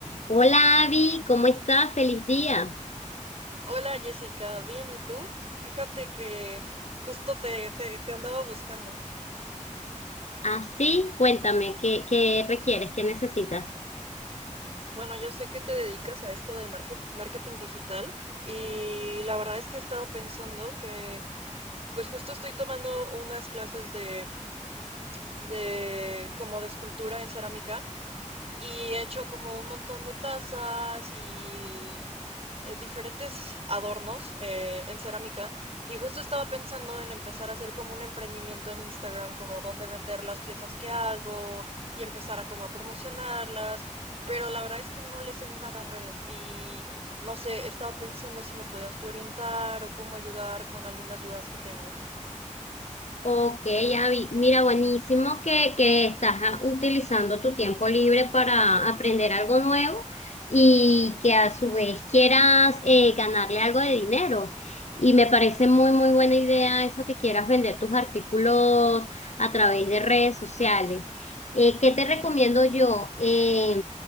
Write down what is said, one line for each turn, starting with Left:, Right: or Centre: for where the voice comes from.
Left: Hola Abby, ¿cómo estás? Feliz día.
Right: Hola Jessica, bien, ¿y tú? Fíjate que justo te, te- te andaba buscando.
Left: Así, cuéntame, ¿qué, qué requieres? ¿Qué necesitas?
Right: Bueno, yo sé que te dedicas a esto del marge- marketing digital y la verdad es que he estado pensando que pues justo estoy tomando unas clases de, de como de escultura en cerámica y he hecho como un montón de tazas y eh, diferentes adornos eh, en cerámica. Y justo estaba pensando en empezar a hacer como un emprendimiento en Instagram, como dónde vender las piezas que hago y empezar a como a promocionarlas. Pero la verdad es que no le sé nada a redes y no sé, estaba pensando si me podías tú orientar o cómo ayudar con algunas dudas que tengo.
Left: Ok, Abby, mira, buenísimo que, que estás ah, utilizando tu tiempo libre para aprender algo nuevo y que a su vez quieras eh, ganarle algo de dinero. Y me parece muy, muy buena idea eso que quieras vender tus artículos a través de redes sociales. Eh, ¿qué te recomiendo yo? Eh,